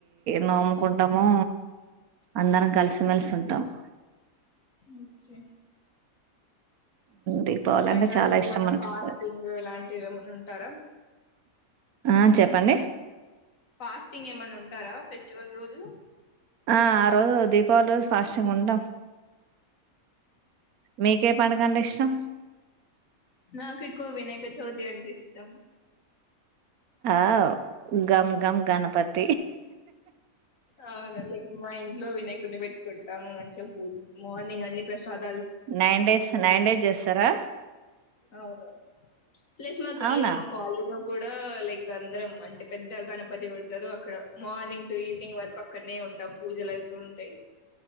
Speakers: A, on the right (about 80°); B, on the left (about 65°).
A: నోముకుంటాము అందరం కలిసిమెలిసి ఉంటాము
B: ఓకే
A: దీపావళి అంటే
B: అంటారు
A: చాలా
B: ఇది ఏమన్నా
A: ఇష్టం అనిపిస్తుంది
B: ఫాస్టింగ్ ఇలాంటిది ఏమన్నా ఉంటారా
A: ఆ చెప్పండి
B: ఫాస్టింగ్ ఏమైన్నా ఉంటారా ఫెస్టివల్ రోజు
A: ఆ ఆ రోజు దీపావళి రోజు ఫాస్ట్ంగ్ ఉంటాం మేకప్ పండుగంటే ఇష్టం
B: నాకు ఎక్కువ వినయక చవతి అంటే ఇష్టం
A: ఆవ్ గమ్ గమ్ గణపతి
B: అవును లే మ ఇం ఇంటి లో వినాయకుడిని పెట్టుకుంటాము. మంచిగా పూ మార్నింగ్ అన్ని prasad
A: nine days nine days చేస్తారా
B: అవును ప్లస్ మా గల్లీలో
A: అవునా
B: మా కాలనిలో కూడా లైక్ అందరం అంటే పెద్ద గణపతి పెడతారు, అక్కడ మార్నింగ్ టు ఈవినింగ్ వరకు అక్కడనే ఉంటాం పూజలు అవుతూ ఉంటాయి.